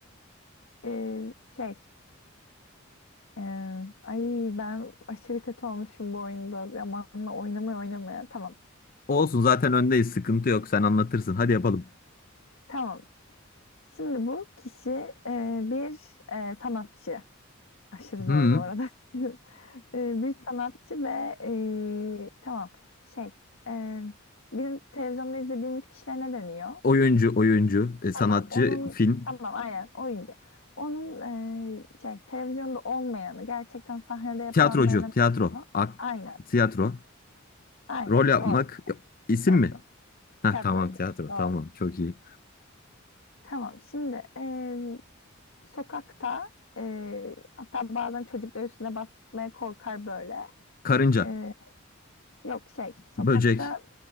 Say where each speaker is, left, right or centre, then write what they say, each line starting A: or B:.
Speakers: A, on the left (about 70°); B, on the left (about 45°).
A: <laughs> Ee, şey, e, ay ben aşırı kötü olmuşum bu oyunda. Zamanla oynamaya oynamaya. Tamam.
B: Olsun zaten öndeyiz. Sıkıntı yok. Sen anlatırsın. Hadi yapalım.
A: Tamam. Şimdi bu kişi e, bir e, sanatçı. Aşırı zor
B: Hmm.
A: bu arada. <laughs> E, bir sanatçı ve e, tamam şey e, bizim televizyonda izlediğimiz kişiler ne deniyor?
B: Oyuncu, oyuncu, e, sanatçı,
A: Tamam onun
B: film,
A: tamam aynen oyuncu. Onun e, şey televizyonda olmayanı gerçekten sahnede yapılanlarına
B: tiyatrocu,
A: ne
B: tiyatro,
A: deniyor?
B: ak,
A: Aynen
B: tiyatro.
A: aynen
B: Rol yapmak
A: doğru.
B: e, isim
A: Tiyatro.
B: mi? Heh,
A: Tiyatroydu.
B: tamam tiyatro.
A: Doğru.
B: Tamam çok iyi.
A: Tamam şimdi e, sokakta e, hatta bazen çocuklar üstüne basmaya korkar böyle.
B: Karınca,
A: E, yok şey sokakta
B: böcek,